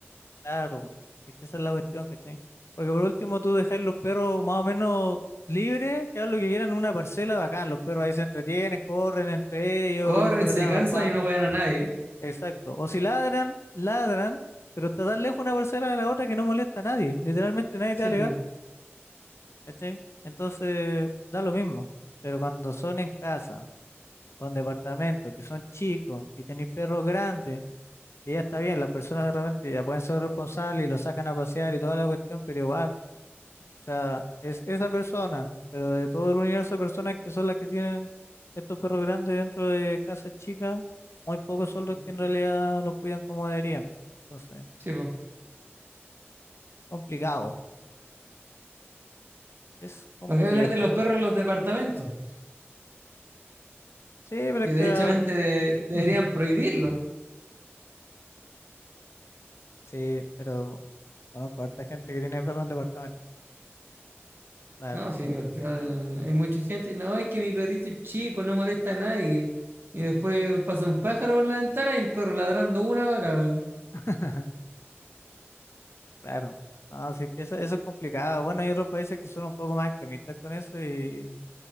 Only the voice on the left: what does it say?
Claro, es que esa es la cuestión, ¿cachai? Porque por último tú dejas los perros más o menos libres, que hagan lo que quieran en una parcela bacán. Los perros ahí se entretienen, corren entre ellos,
corretean
a los pájaros.
Exacto. O si ladran, ladran, pero está tan lejos una parcela de la otra que no molesta a nadie. Literalmente nadie
te va a alegar.
¿cachai? Entonces, da lo mismo. Pero cuando son en casa o en departamentos que son chicos y tenéis perros grandes, que ya está bien, las personas de repente ya pueden ser responsables y lo sacan a pasear y toda la cuestión, pero igual, o sea, es esa persona, pero de todo el universo de personas que son las que tienen estos perros grandes dentro de casas chicas, muy pocos son los
que en realidad los cuidan como deberían. Entonces,
complicado, es complejo.
Sí, pero
es que
ah,
<laughs>
sí, pero conozco harta gente que tiene perro en departamento, la verdad.
<laughs> Claro. No, sí que eso, eso es complicado. Bueno, hay otros países que son un poco más extremistas con eso y